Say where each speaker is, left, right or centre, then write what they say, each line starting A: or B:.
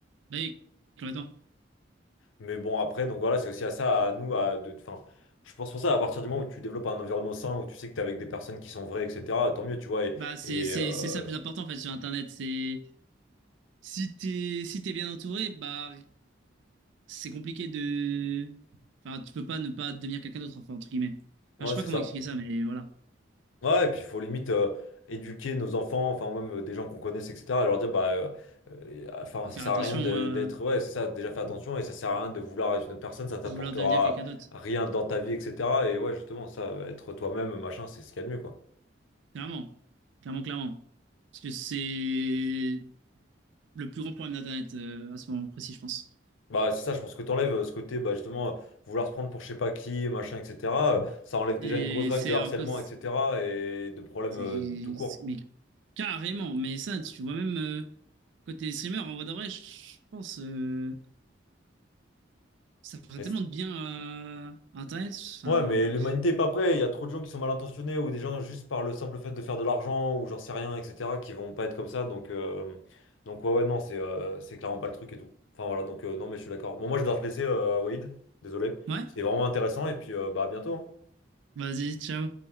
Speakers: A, on the right; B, on the left.
A: Bah oui, complètement.
B: Mais bon, après, donc voilà, c'est aussi à ça, à nous, à de, enfin, je pense pour ça, à partir du moment où tu développes un environnement sain, où tu sais que t'es avec des personnes qui sont vraies, etc., tant mieux, tu vois, et,
A: Bah c'est
B: et,
A: c'est-
B: euh,
A: c'est ça le plus important en fait sur Internet. C'est si t'es si t'es bien entouré, bah c'est compliqué de. Enfin, tu peux pas ne pas devenir quelqu'un d'autre, enfin, entre guillemets. Enfin,
B: ouais,
A: je sais pas
B: c'est
A: comment
B: ça.
A: expliquer ça, mais voilà.
B: Ouais, et puis il faut limite euh, éduquer nos enfants, enfin, ou même euh, des gens qu'on connaisse, etc., leur dire, bah, euh, euh, enfin,
A: Faut
B: ça
A: faire
B: sert
A: attention
B: à rien de-
A: euh,
B: d'être, ouais, c'est ça, déjà fais attention, et ça sert à rien de vouloir être une autre personne, ça t'apportera
A: de vouloir devenir quelqu'un d'autre.
B: rien dans ta vie, etc., et ouais, justement, ça, être toi-même, machin, c'est ce qu'il y a de mieux, quoi.
A: Clairement. Clairement, clairement. Parce que c'est. le plus grand problème d'Internet euh, à ce moment précis, je pense.
B: Bah, c'est ça, je pense que t'enlèves euh, ce côté, bah, justement, euh, vouloir se prendre pour je sais pas qui, machin, etc. euh, ça enlève déjà
A: Et
B: une grosse vague
A: c'est
B: de harcèlement,
A: un cause.
B: etc. et de problèmes
A: c'est-
B: euh, tout court.
A: c'est- Mais carrément, mais ça, tu vois, même euh, côté streamer, en vrai de vrai, je pense euh, ça ferait
B: Mais
A: tellement
B: c'est-
A: de bien à Internet. Enfin,
B: ouais, mais
A: bref.
B: l'humanité est pas prête. Il y a trop de gens qui sont mal intentionnés ou des gens juste par le simple fait de faire de l'argent ou j'en sais rien, etc. qui vont pas être comme ça. Donc, euh, donc ouais, ouais, non, c'est euh, c'est clairement pas le truc et tout. Enfin, voilà, donc euh, non, mais je suis d'accord. Bon, moi, je dois te laisser, euh, Walid. Désolé.
A: Ouais,
B: C'était vraiment intéressant et puis, euh, bah, à bientôt. hein.
A: vas-y, ciao.